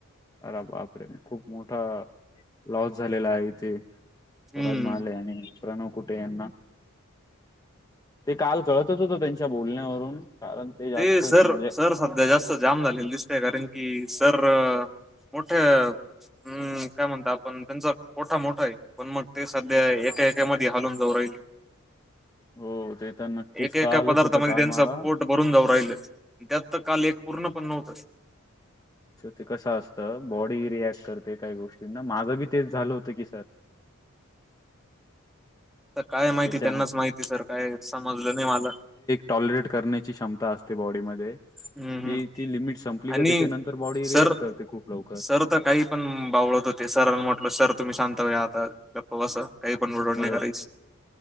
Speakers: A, on the left; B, in the centre.
A: अरा बापे खूप मोठा लॉस झालेला आहे इथे स्वराज
B: हम्म.
A: मले आणि प्रणव कुटे यांना ते काल कळतच होतं त्यांच्या बोलण्यावरून कारण जास्तच
B: ते सर
A: म्हणजे
B: सर सध्या जास्त जाम झालेलं दिसतय कारण की सर मोठ्या हम्म काय म्हणता आपण त्यांचा पठा मोठा आहे पण मग ते सध्या एकाएकामध्ये हालून दौ राहिले
A: हो ते तर नक्कीच
B: एक एक
A: कळालच
B: पदार्थध्ये
A: होतं काल
B: त्यान
A: मला
B: सपोर्ट भरून जाऊ राहिलं त्यात तर काल एक पूर्ण पण नव्हतं
A: ते कस असतं बॉडी रिॲक्ट करते काही गोष्टींना माझं बी तेच झालं होतं की सर
B: तर काय माहिती
A: त्याच्यामुळे
B: त्यांनाच माहिती सर काय समजलं नाही मला
A: टॉलरे करण्याची क्षमता असते बॉडीमध्ये
B: हम्म हम्म
A: ती ती लिमिट संपली
B: आणि
A: ग त्याच्यानंतर बॉडी रिएक्ट
B: सर
A: करते खूप लवकर
B: सर काही पण बावळत होते सर म्हटल सर तुम्ही शांत हो आता हो असं काही पण रडड
A: हो
B: नाही करायची